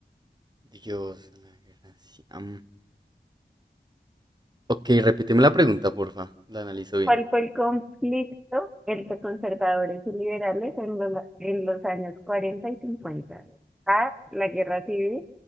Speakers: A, on the right; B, in the centre.
A: Dios, la guerra. ci- am. Ok, repíteme la pregunta, porfa. La analizo bien.
B: ¿Cuál fue el conflicto entre conservadores y liberales en los, en los años 40 y 50? A, la guerra civil,